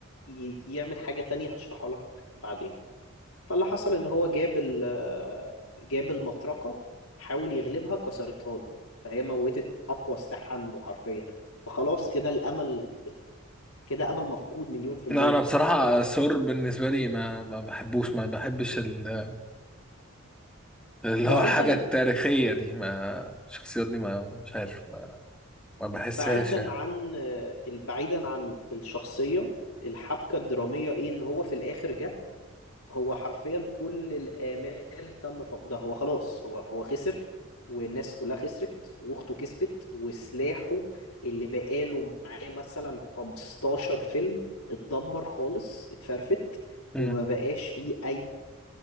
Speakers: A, on the left; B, in the centre.
A: ي- يعمل حاجة تانية هشرحها لك بعدين فاللي حصل ان هو جاب ال جاب المطرقه حاول يغلبها كسرتها له فهي موتت اقوى سلاح عنده حرفيا فخلاص كده الامل كده امل مفقود مليون في الميه
B: لا انا بصراحة
A: فاهم
B: سور بالنسبة لي ما ما بحبوش ما بحبش ال- اللي
A: بعيدا
B: هو الحاجة التاريخية دي ما الشخصيات دي ما مش عارف ما, ما بحسهاش
A: بعيدا
B: يعني
A: عن بعيدا عن الشخصيه الحبكه الدراميه ايه ان هو في الاخر جه هو حرفيا كل الآمال تم فقدها هو خلاص هو هو خسر والناس كلها خسرت واخته كسبت وسلاحه اللي بقاله معاه مثلا 15 فيلم اتدمر خالص اتفرفت
B: مم.
A: وما بقاش فيه اي